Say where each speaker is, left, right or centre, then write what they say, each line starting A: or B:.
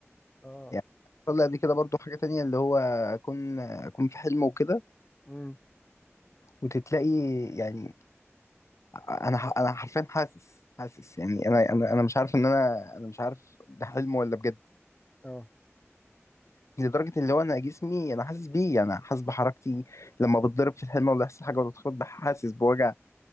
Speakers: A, on the left (about 25°); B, on the left (about 80°).
A: اه
B: يعني حصل لي قبل كده برضو حاجة تانية اللي هو أكون أكون في حلم وكده
A: امم
B: وتتلاقي يعني أنا ح- أنا حرفيا حاسس حاسس يعني أنا أنا أنا مش عارف إن أنا أنا مش عارف ده حلم ولا بجد
A: اه
B: لدرجة اللي هو أنا جسمي أنا حاسس بيه يعني أنا حاسس بحركتي لما بتضرب في الحلم ولا يحصل حاجة ولا تخبط بح- حاسس بوجع